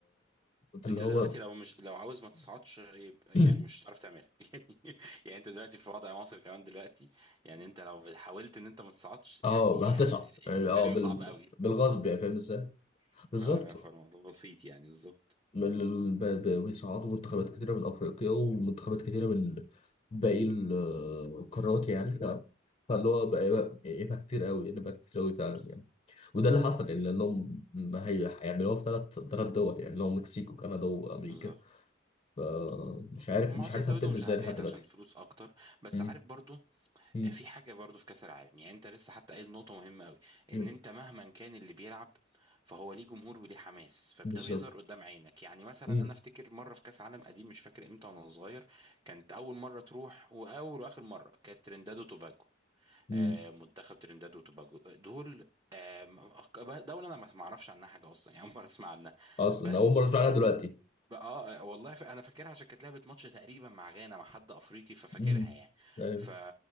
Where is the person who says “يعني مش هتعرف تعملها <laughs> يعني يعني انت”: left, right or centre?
Right